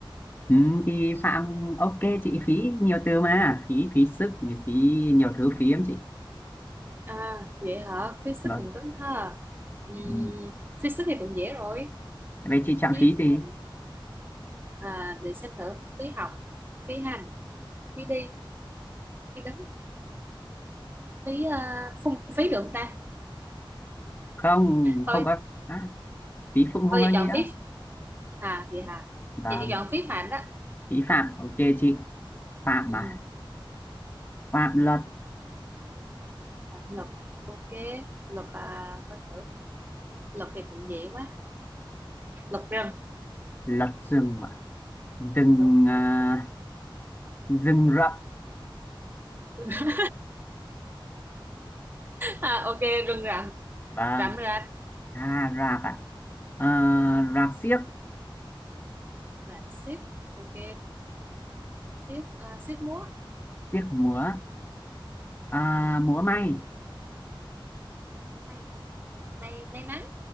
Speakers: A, on the left (about 25°); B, on the right (about 25°).
A: ừ, thì Phạm ok chị phí nhiều từ mà phí phí sức phí nhiều thứ phí lắm chị
B: à vậy hả phí sức
A: vâng
B: cùng tính ha ừ,
A: Ừ.
B: phí sức thì cũng dễ rồi
A: Vậy chị chạm
B: phí
A: phí gì?
B: phạm à, để xem thử phí học phí hành phí đi phí đứng phí ờ, phung phí được không ta
A: Không, không
B: ừ
A: có. À, phí phụ không
B: thôi
A: có
B: chị
A: nghĩa.
B: chọn phím à vậy hả
A: Vâng,
B: chị chị chọn phím mạnh á
A: phí phạm. Ok chị. Phạm
B: ừ
A: mà. Phạm luật.
B: à, lộc ok lộc à có thử lộc thì cũng dễ quá lộc rừng
A: Luật rừng ạ. Rừng,
B: đúng
A: à, rừng rậm.
B: <laughs> à, ok rừng rậm
A: Vâng.
B: rậm rạp
A: À, rạp ạ. À, rạp xiếc.
B: rạp xiếc ok xiếc à, xiếc múa
A: Xiếc múa. À,
B: ừ.
A: múa may.
B: may may may mắn